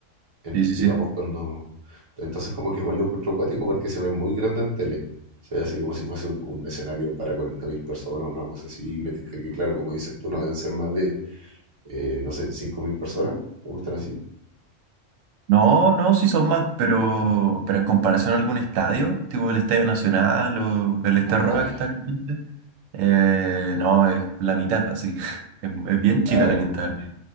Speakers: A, on the right; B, on the right.
A: en-
B: sí, sí,
A: digamos,
B: sí.
A: cuando... Entonces como que igual lo encuentro acuático porque se ve muy grande en tele. Se ve así como si fuese un, un escenario para 40.000 personas, una cosa así. Y me tinca que, claro, como dices tú, no deben ser más de, eh, no sé, 5.000 personas. ¿Me gustan así?
B: No, no, sí son más, pero, pero en comparación a algún estadio, tipo el Estadio Nacional o el Esterroa
A: Ah,
B: que
A: ya,
B: está acá en Conce, eh, no, es la mitad, así. <laughs> Es, es bien
A: claro.
B: chica la Quinta